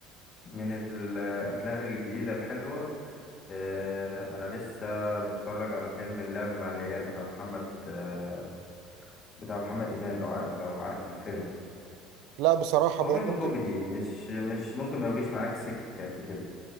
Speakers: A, on the left (about 30°); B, on the right (about 70°).
A: من الافلام الجديدة الحلوة آه، انا لسه متفرج على فيلم اللعب مع العيال بتاع محمد آه، بتاع محمد امام لو ع- لو عارف الفيلم
B: لا بصراحه بقى
A: هو فيلم
B: ممكن
A: كوميدي مش مش ممكن ما يجيش معاك سكة قد كده